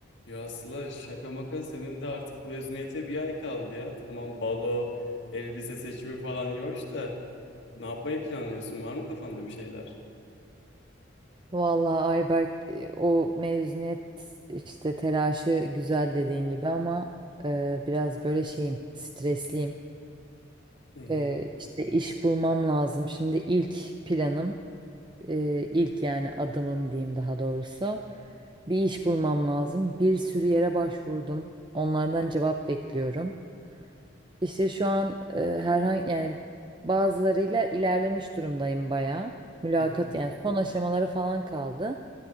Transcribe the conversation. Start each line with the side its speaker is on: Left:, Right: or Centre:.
Left: Ya Sıla şaka maka senin de artık mezuniyete bir ay kaldı ya. Tamam balo, elbise seçimi falan iyi hoş da ne yapmayı planlıyorsun? Var mı kafanda bir şeyler?
Right: Vallahi Ayberk e, o mezuniyet işte telaşı güzel dediğin gibi ama e, biraz böyle şeyim stresliyim.
Left: Hı hı
Right: E, işte iş bulmam lazım. Şimdi ilk planım e, ilk yani adımım diyeyim daha doğrusu bir iş bulmam lazım. Bir sürü yere başvurdum. Onlardan cevap bekliyorum. İşte şu an e, herhangi yani bazılarıyla ilerlemiş durumdayım bayağı. Mülakat
Left: hı hı
Right: yani son aşamaları falan kaldı.